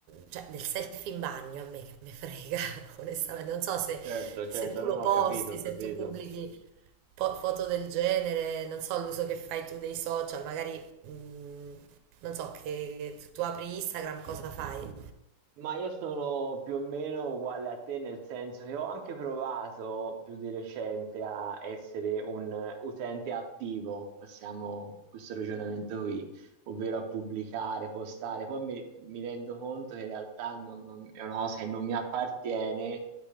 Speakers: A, on the right; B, on the right.
A: cioè del selfie in bagno a me che me frega, <laughs> onestamente. Non so se,
B: Certo, certo,
A: se tu
B: non
A: lo
B: ho
A: posti,
B: capito, ho capito.
A: se tu pubblichi po- foto del genere, non so l'uso che fai tu dei social, magari, mm, non so, che tu apri Instagram, cosa fai?
B: Ma io sono più o meno uguale a te, nel senso che ho anche provato più di recente a essere un eh, utente attivo, passiamo questo ragionamento qui, ovvero a pubblicare, postare. Poi mi, mi rendo conto che in realtà non- non- è una cosa che non mi appartiene